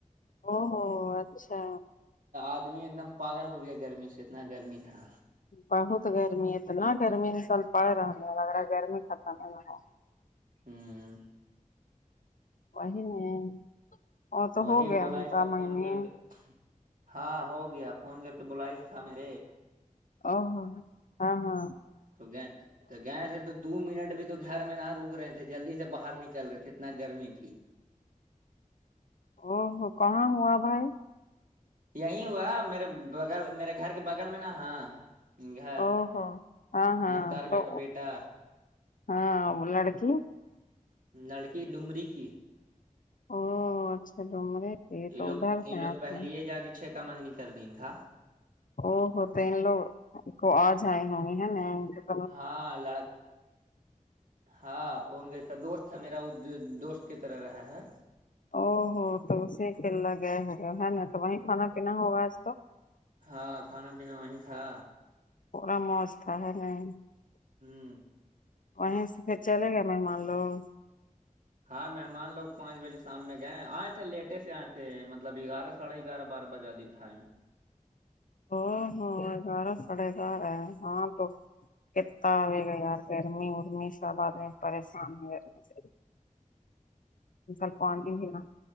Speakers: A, on the left; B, on the right.
A: او ہو اچھا
B: آدمی ایک دم پاگل ہو گیا ہے گرمی سے اتنا گرمی تھا
A: بہت گرمی ہے اتنا گرمی ان سال پڑ رہا لا گرمی ختم ہی نہ ہو
B: ہاں
A: وہی نہیں وہ تو
B: وہی
A: ہو گیا
B: بولاس
A: انتا
B: تھا
A: مگنی
B: فون کر کے ہاں ہو گیا فون کر کے بلائش تھا میرے
A: ا ہ ہاں ہاں
B: تو گ تو گئے تھے تو دو منٹ بھی تو گھر میں نہ روک رہے تھے جلدی سے باہر نکل رہے تھے اتنا گرمی تھی
A: او ہو کہاں ہوا بھائی
B: یہی ہوا میرے بغل میرے گھر کے بغل میں نا ہاں گھر
A: او ہو ہاں ہاں
B: مختار
A: تو
B: بھیا کا بیٹا
A: ہاں لڑکی
B: لڑکی ڈومری کی
A: او اچھا ڈومرے تھے
B: یہ
A: تو
B: لوگ
A: ادھر
B: یہ
A: سے
B: لوگ
A: آئے
B: پہلے
A: تھے
B: ہی جا کے چھ کا مانگنی کر دین تھا
A: وہ ہوتے ان لوگ کو آ جائےیں ہو ہیں ن
B: ہاں لڑک ہاں فون کی دوست ہے میرا وہ دوست کی طرح رہا ہے
A: او ہو تو اسی کے لگئے ہو گئے ہے نا تو وہیں کھانا پینا ہوگا آج تو
B: ہاں کھانا پینا وہیں تھا
A: تھوڑا موج تھا ہے نہیں
B: ہوں
A: وہیں سے پھر چلے گا مہمان لوگ
B: ہاں مہمان لوگ پانچ بجے شام میں گئے آئے تھے لیٹے سے آئے تھے مطلب گگارہ سڑے گگار بار بجا دن تھ تھاائم
A: ا ہاں ہزارہ سڑے گار ہے ہاں تو کتتا آ گا یار گرمی رمی سب آ گے پریشان ہے گرمی سے ان سوپ ف دینا